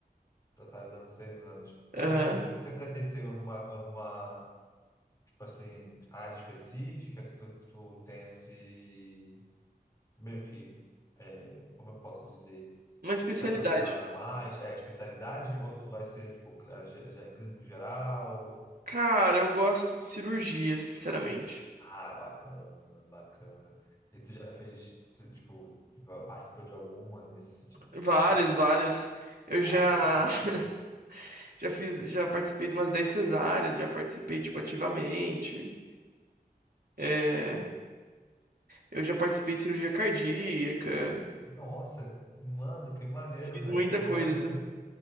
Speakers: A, on the left; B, on the right.
A: totalizando seis anos. Pô,
B: Aham.
A: maneiro. Você pretende seguir alguma, alguma, tipo assim, área específica que tu, tu tenha se, meio que, é, como eu posso dizer,
B: Uma especialidade.
A: se aproximado mais? É especialidade ou tu vai ser, tipo, é, ge- ge- clínico geral?
B: Cara, eu gosto de cirurgia, sinceramente.
A: Ah, bacana, mano, bacana. E tu já fez, tu, tipo, participou de alguma nesse sentido de
B: Várias,
A: ser.
B: várias. Eu já,
A: Ah, que bacana.
B: <laughs> já fiz, já participei de umas 10 cesáreas, já participei, tipo, ativamente. É.
A: cara.
B: Eu já participei de cirurgia cardíaca,
A: Nossa, mano, que maneiro,
B: fiz
A: velho,
B: muita
A: que
B: coisa.
A: maneiro.
B: sabe?